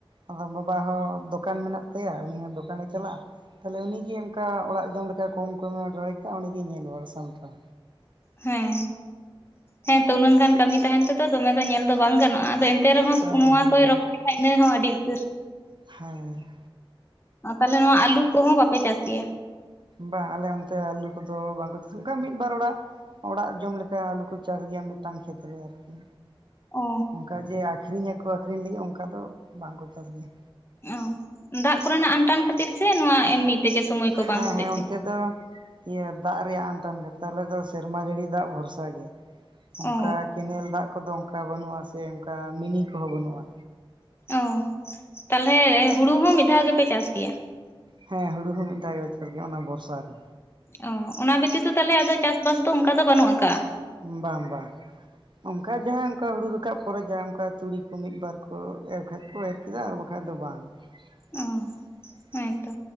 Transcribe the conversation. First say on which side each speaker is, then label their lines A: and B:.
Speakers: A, on the right (about 55°); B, on the left (about 25°).
A: ᱟᱫᱚ ᱵᱟᱵᱟ ᱦᱚ ᱫᱚᱠᱟᱱ ᱢᱮᱱᱟᱜ ᱛᱟᱭᱟ ᱩᱱᱤ ᱦᱚᱸ ᱫᱚᱠᱟᱱᱮ ᱪᱟᱞᱟᱜᱼᱟ ᱛᱟᱦᱚᱞᱮ ᱩᱱᱤᱜᱮ ᱚᱱᱠᱟ ᱚᱲᱟᱜ ᱡᱚᱢ ᱞᱮᱠᱟ ᱠᱚᱢ ᱠᱚᱢᱮ ᱨᱚᱦᱚᱭ ᱠᱟᱜᱼᱟ ᱩᱱᱤᱜᱮ ᱧᱮᱞ ᱵᱟᱟᱨ ᱥᱟᱢᱴᱟᱣ
B: ᱦᱮᱸ ᱦᱮᱸ ᱛᱚ ᱩᱱᱟᱝ ᱜᱟᱱ ᱠᱟᱹᱢᱤ ᱛᱟᱦᱮᱱ ᱛᱮᱫᱚ ᱫᱚᱢᱮ ᱫᱚ ᱧᱮᱞ ᱫᱚ ᱵᱟᱝ ᱜᱟᱱᱚᱜᱼᱟ ᱟᱫᱚ ᱮᱱᱛᱮ ᱨᱮᱦᱚᱸ
A: ᱦᱮᱸ
B: ᱱᱚᱶᱟ
A: ᱦᱮᱸ
B: ᱠᱚ ᱨᱚᱦᱚᱭ ᱞᱮᱠᱷᱟᱡ ᱤᱱᱟᱹ ᱦᱚᱸ ᱟᱹᱰᱤ ᱩᱛᱟᱹᱨ
A: ᱦᱮᱸ
B: ᱛᱟᱦᱚᱞᱮ ᱱᱚᱣᱟ ᱟᱹᱞᱩ ᱠᱚᱦᱚᱸ ᱵᱟᱯᱮ ᱪᱟᱥ ᱜᱮᱭᱟ
A: ᱵᱟᱝ ᱟᱞᱮ ᱚᱱᱛᱮ ᱟᱹᱞᱩ ᱠᱚᱫᱚ ᱵᱟᱝᱠᱚ ᱪᱟᱥᱼᱟ ᱚᱱᱠᱟ ᱢᱤᱫᱵᱟᱨ ᱚᱲᱟᱜ ᱚᱲᱟᱜ ᱡᱚᱢ ᱞᱮᱠᱟ ᱟᱞᱚ ᱠᱚ ᱪᱟᱥ ᱜᱮᱭᱟ ᱢᱤᱫᱴᱟᱝ ᱠᱷᱮᱛᱨᱮ ᱟᱨᱠᱤ
B: ᱚ
A: ᱚᱱᱠᱟ ᱡᱮ ᱟᱠᱠᱷᱨᱤᱧᱟᱠᱚ ᱟᱠᱠᱷᱨᱤᱧ ᱞᱟᱹᱜᱤᱫ ᱚᱱᱠᱟ ᱫᱚ ᱵᱟᱝᱠᱚ ᱪᱟᱥ ᱜᱮᱭᱟ
B: ᱚ ᱫᱟᱜ ᱠᱚᱨᱮᱱᱟᱜ ᱟᱱᱴᱟᱱ ᱠᱷᱟᱛᱤᱨ ᱥᱮ ᱱᱚᱣᱟ ᱮᱢᱱᱤ ᱛᱮᱜᱮ ᱥᱚᱢᱚᱭ ᱠᱚ ᱵᱟᱝ
A: ᱦᱮᱸ
B: ᱦᱚᱛᱮᱡ
A: ᱦᱮᱸ
B: ᱛᱮ
A: ᱚᱱᱛᱮ ᱫᱚ ᱤᱭᱟᱹ ᱫᱟᱜ ᱨᱮᱭᱟᱜ ᱟᱱᱴᱟᱱ ᱟᱞᱮ ᱫᱚ ᱥᱮᱨᱢᱟ ᱡᱟᱹᱲᱤ ᱫᱟᱜ ᱵᱷᱚᱨᱥᱟ ᱜᱮ ᱚᱱᱠᱟ
B: ᱚ
A: ᱠᱮᱱᱮᱞ ᱫᱟᱜ ᱠᱚᱫᱚ ᱚᱱᱠᱟ ᱵᱟᱹᱱᱩᱜᱼᱟ ᱥᱮ ᱚᱱᱠᱟ ᱢᱤᱱᱤ ᱠᱚᱦᱚᱸ ᱵᱟᱹᱱᱩᱜᱼᱟ
B: ᱚ ᱛᱟᱦᱞᱮ ᱦᱩᱲᱩ ᱦᱚᱸ ᱢᱤᱫ ᱫᱷᱟᱣ ᱜᱮᱯᱮ ᱪᱟᱥ ᱜᱮᱭᱟ
A: ᱦᱮᱸ ᱦᱩᱲᱩ ᱦᱚᱸ ᱢᱤᱫ ᱫᱷᱟᱣ ᱜᱮᱞᱮ ᱪᱟᱥ ᱜᱮᱭᱟ ᱚᱱᱟ ᱵᱚᱨᱥᱟᱨ ᱨᱮ
B: ᱚ ᱚᱱᱟ ᱵᱷᱤᱛᱤᱨ ᱛᱮ ᱛᱟᱦᱚᱞᱮ ᱟᱫᱚ ᱪᱟᱥ ᱵᱟᱥ ᱫᱚ ᱚᱱᱠᱟ ᱫᱚ ᱵᱟᱹᱱᱩᱜ ᱟᱠᱟᱫᱟ
A: ᱵᱟᱝ ᱵᱟᱝ ᱚᱱᱠᱟ ᱡᱟᱦᱟᱸ ᱚᱱᱠᱟ ᱦᱩᱲᱩ ᱨᱟᱠᱟᱵ ᱯᱚᱨᱮ ᱡᱟᱦᱟᱸ ᱚᱱᱠᱟ ᱛᱩᱲᱤ ᱠᱚ ᱢᱤᱫ ᱵᱟᱨ ᱠᱚ ᱮᱨ ᱠᱷᱟᱡ ᱠᱚ ᱮᱨ ᱪᱮᱫᱟᱜ ᱟᱨ ᱵᱟᱠᱷᱟᱡ ᱫᱚ ᱵᱟᱝ <unintelligible>
B: ᱚ ᱦᱮᱸᱛᱚ